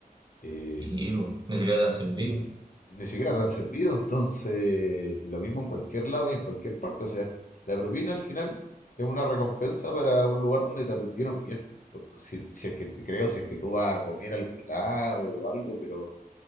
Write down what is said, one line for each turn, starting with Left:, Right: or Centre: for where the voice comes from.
Left: eh,
Right: Sí, po, ni siquiera te han servido,
Left: eh, ni siquiera te han servido, entonces, y lo mismo en cualquier lado y en cualquier parte, o sea, la propina al final es una recompensa para un lugar donde te atendieron bien, Por- por si, si es que te creo, si es que tú vas a comer a algún lado o algo, pero,